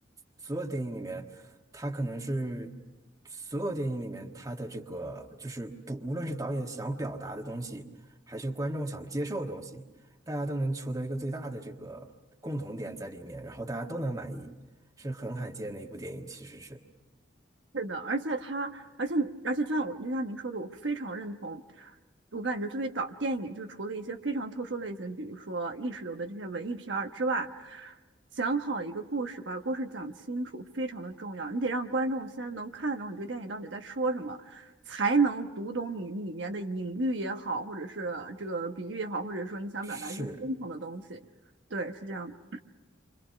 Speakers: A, on the right; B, on the right.
A: 所有电影里面，它可能是所有电影里面它的这个就是不，无论是导演想表达的东西，还是观众想接受的东西，大家都能求得一个最大的这个共同点在里面，然后大家都能满意，是很罕见的一部电影，其实是
B: 是的，而且他，而且你而且就像我，就像您说的，我非常认同。我感觉作为导电影就是除了一些非常特殊类型，比如说意识流的这些文艺片儿之外，讲好一个故事，把故事讲清楚非常的重要。你得让观众先能看懂你这个电影到底在说什么，才能读懂你里面的隐喻也好，或者是这个比喻也好，或者说你想表达一些深层的东西。
A: 是
B: 对，是这样的。